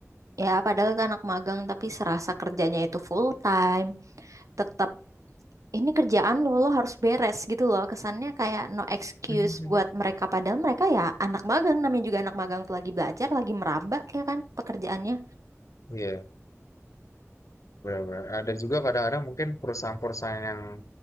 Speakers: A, on the right; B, on the left.
A: ya padahal itu anak magang tapi serasa kerjanya itu full time tetap ini kerjaan lo lo harus beres gitu loh kesannya kayak no excuse
B: <laughs>
A: buat mereka padahal mereka ya anak magang namanya juga anak magang tuh lagi belajar lagi meraba ya kan pekerjaannya
B: iya benar-benar ada juga kadang-kadang mungkin perusahaan-perusahaan yang